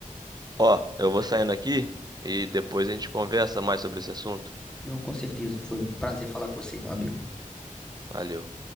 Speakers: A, on the right; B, in the centre.
A: Ó, eu vou saindo aqui e depois a gente conversa mais sobre esse assunto.
B: Não, com certeza. Foi um prazer falar com você, meu amigo.
A: Valeu.